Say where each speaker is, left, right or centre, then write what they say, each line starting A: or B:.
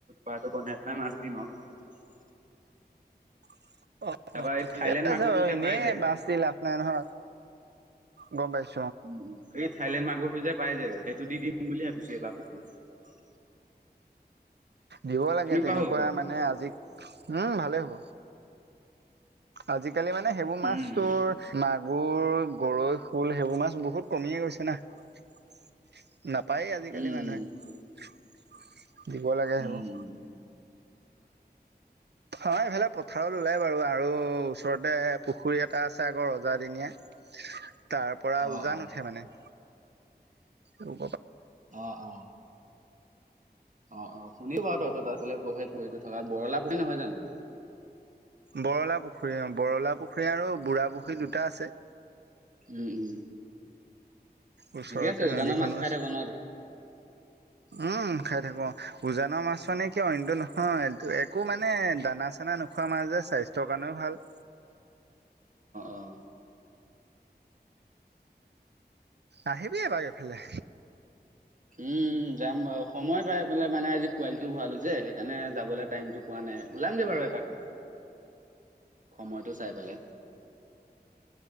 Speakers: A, on the right (about 50°); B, on the right (about 80°).
A: পটো বনাই সাত দিনত
B: <inaudible> অ -অ
A: তাৰপৰা এই
B: ঠিকে
A: থাইলেণ্ড
B: আছে
A: মাগুৰটো
B: ব
A: যে
B: এনেই
A: পাই যে
B: বাছ দি লাভ নাই নহয় গম পাইছো
A: উ এই থাইলেণ্ড মাগুৰটো যে পাই যে সেইটো দি দিম বুলি ভাবিছো এইবাৰ পুখুৰীত।
B: দিব লাগে
A: কেনেকুৱা
B: তেনেকুৱা
A: হ'ব বাৰু?
B: মানে আজি উম ভালে হ'ব আজিকালি মানে সেইবোৰ মাছ
A: উম,
B: তৰ ম এইবোৰ গৰৈ শোল সেইবোৰ মাছ বহুত কমিয়ে গৈছে না ন পায়েই আজিকালি
A: উম,
B: মানুহে দিব লাগে
A: উম,
B: সেইবোৰ অ' এইফালে পথাৰত ললে বাৰু আৰু ওচৰতে পুখুৰী এটা আছে আকৌ ৰজাদিনীয়া তাৰ পৰা
A: অ',
B: উজান
A: অ',
B: উঠে মানে উ,
A: অ -অ অ 'অ' শুনো বাৰু তহঁতৰ তাৰফালে থকা বগলা পুহি নহয় জানো।
B: বৰলা পুখুৰী অ বৰলা পুখুৰী আৰু বুঢ়া পুখুৰী দুটা আছে।
A: উম, উম
B: ওচৰতে
A: ঠিকে আছে উজানৰ
B: নদীখনো
A: মাছ খাই
B: আছে
A: থাকো ন।
B: উম, খাই থাকো উজানৰ মাছ মানে কিয় ইন্তু নহয়। একো মানে দানা চানা নাই নোখোৱা মাজে যে স্বাস্থ্যৰ কাৰণেও ভাল।
A: অ',
B: আহিবি বাৰু এইফালে
A: উম যাম ব সময় পাই পাই মানে আজি পোৱালিটো ভৰালো যে সেইকাৰণে যাবলৈ টাইমটো পোৱা নাই। ওলামগে বাৰু এপাক।
B: উ,
A: সময়টো চাই পেলাই।